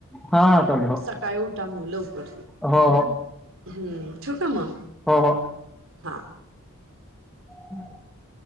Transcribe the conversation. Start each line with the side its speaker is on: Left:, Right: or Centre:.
Centre: हा हा चालेल हो
Right: सकाळी उठा मग लवकर,
Centre: हो हो
Right: हम्म ठेऊ का मग?
Centre: हो हो.
Right: हा.
Centre: <unintelligible>